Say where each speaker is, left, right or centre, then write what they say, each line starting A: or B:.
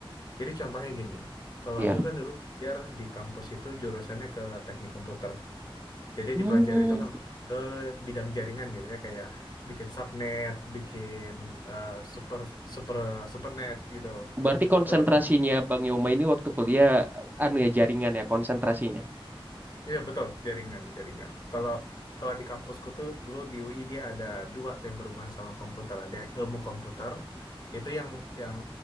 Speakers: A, on the left; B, on the right.
A: Jadi contohnya gini, kalau
B: iya.
A: aku kan dulu biar di kampus itu jurusannya ke teknik komputer. Jadi yang
B: Hmm,
A: dipelajari itu kan lebih ke bidang jaringan gitu ya, kayak bikin subnet, bikin eh, super super supernet gitu.
B: berarti konsentrasinya
A: Terus
B: Bang Yoma ini waktu kuliah anu ya jaringan ya konsentrasinya.
A: iya betul jaringan jaringan. Kalau kalau di kampusku tuh dulu di UI dia ada dua tuh yang berhubungan sama komputer. Ada yang ilmu komputer itu yang yang